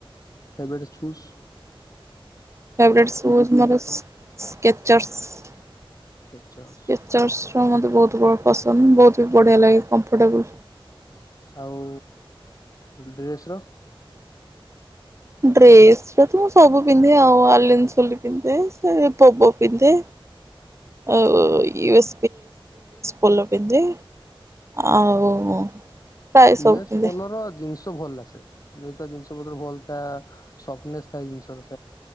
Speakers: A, on the left; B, on the right.
A: ଫେଭରଟ ଶୂଜ।
B: ଫ୍ୟବିଟ ସଜ ମର। Skechers experiment.
A: କେଚସ୍
B: ସ୍କେଚର୍ ଶ ତେ ବହୁତ ବ ପସନ୍ଦ ବହୁତ ବି ବଢ଼ିଆ ଲାଗେ କମ୍ଫର୍ଟେବଲ
A: ଆଉ ଡ୍ରେସ୍ର
B: ଡ୍ରେସ ତ ମୁଁ ସବୁ ପିନ୍ଧେ ଆଉ ଆଲି ପିନ୍ଧେ ପୋବ ପିନ୍ଧେ ଆଉୟ ପୋଲ ପିନ୍ଧେ ଆଉ ପ୍ରାୟ
A: ଇଏ
B: ସବୁ ପିନ୍ଧେ
A: ପଲର ଜିନିଷ। ଭଲ୍ ଆସେ ଯେେତ ଜିନିଷ ପତ୍ର ଭଲଥା ସଫଟନେସ୍ ଥାଏ ଜିନିଷ ସେ